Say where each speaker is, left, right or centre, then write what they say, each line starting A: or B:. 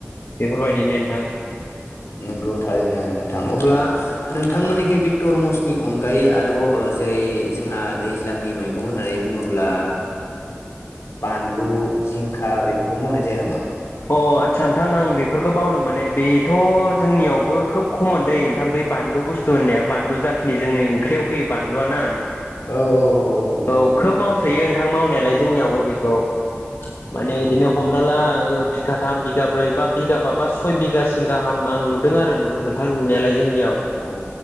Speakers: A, on the left; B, on the left.
A: बेफोरबायदिनो नोंथां
B: नंगौ थारैनो नोंथां अब्ला नोंथांमोननिखै बे तरमुजनि अनगायै आरो आरोबाव जेरै जोंहा दैज्लांनि मैगं होननानै बुङोब्ला बानलु जिंखा बेफोरखौ मावनाय जाया नामा?
A: अ आदसा नोंथां आं बेफोरखौ बावदों माने बेथ' जोंनियावबो खोब खमन दै नोंथां बे बे बानलु बुस्थु होननाया बानलु जाखिनि जोंनि ओंख्रियाव होयो बानलुआ ना
B: औ औ औ नंगौ
A: औ
B: बेनो
A: खोब मावसोयो नथां मावनायालाय जोंनियावबो बेखौ माने
B: औ
A: बिदिनो
B: औ
A: हमना ला ओ बिगाथाम बिगाब्रै बा बिगाबा बा सय बिगासिम गाहाम आं नुदों आरो नोंथां नुनायालाय जोंनियाव
B: अ